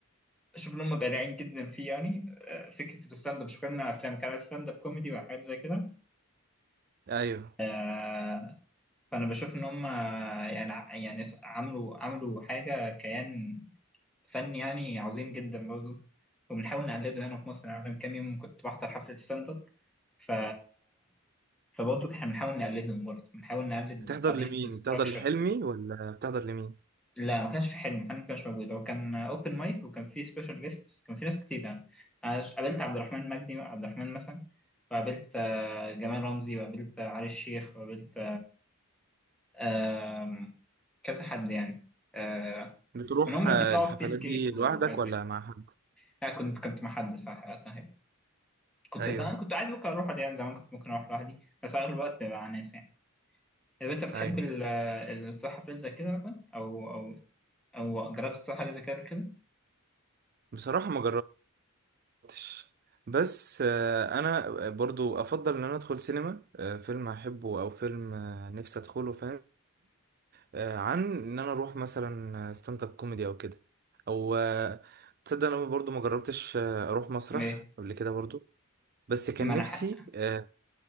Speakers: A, in the centre; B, on the right.
A: شوف ان هم بارعين جدا فيه يعني آه، فكره الستاند اب مش بتكلم عن افلام كان ستاند اب كوميدي وحاجات زي كده
B: ايوه
A: آه، فانا بشوف ان هم يعني ع- يعني س- عملوا عملوا حاجه كيان فني يعني عظيم جدا برضه وبنحاول نقلده هنا في مصر يعني أنا من كام يوم كنت بحضر حفله ستاند اب ف فبرضه احنا بنحاول نقلدهم برضه بنحاول نقلد
B: بتحضر
A: طريقة
B: لمين
A: الاستراكشر
B: بتحضر لحلمي ولا بتحضر لمين
A: لا ما كانش في حلم محمد ما كانش موجود هو كان اوبن مايك وكان في سبيشال جيستس كان في ناس كتير يعني أنا قابلت عبد الرحمن مجدي عبد الرحمن مثلا وقابلت آه، جمال رمزي وقابلت آه، علي الشيخ وقابلت آم، كذا حد يعني آه،
B: بتروح
A: من هم اللي
B: آه،
A: بيطلعوا
B: الحفلات
A: في بيس كيك
B: دي
A: وحاجات
B: لوحدك ولا
A: زي كده
B: مع حد
A: لا كنت كنت مع حد صح وقتها يعني. كنت
B: ايوه
A: زمان كنت عادي ممكن اروح لوحدي يعني زمان كنت ممكن اروح لوحدي بس اغلب الوقت بيبقى مع ناس يعني طب انت بتحب
B: ايوه
A: ال- التفاحة فريد زي كده مثلا او او او جربت تطلع حاجة زي كده قبل كده؟
B: بصراحة ما جربتش بس آه، انا برضو افضل ان انا ادخل سينما آه، فيلم احبه او فيلم آه، نفسي ادخله فاهم آه، عن ان انا اروح مثلا ستاند اب كوميدي او كده او آه، تصدق انا برضو ما جربتش آه، اروح مسرح
A: ايه
B: قبل كده برضو بس كان
A: منح
B: نفسي آه،